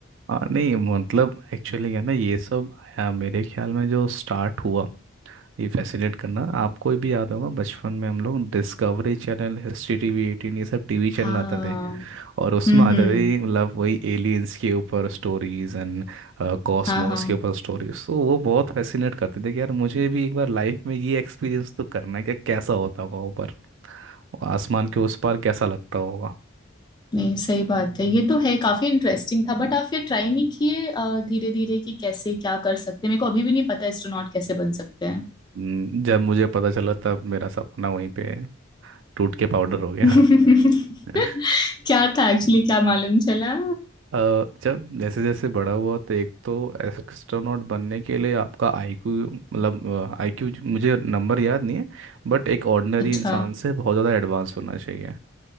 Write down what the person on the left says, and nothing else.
हाँ
हम्म
हम्म
हाँ हाँ
नहीं सही बात है ये तो है काफी इंटरेस्टिंग था बट आप फिर ट्राई नहीं किए धीरे धीरे कि कैसे क्या कर सकते हैं मेरे को अभी भी नहीं पता एस्ट्रोनॉट कैसे बन सकते हैं
<laughs>
क्या था एक्चुअली क्या मालूम चला
अच्छा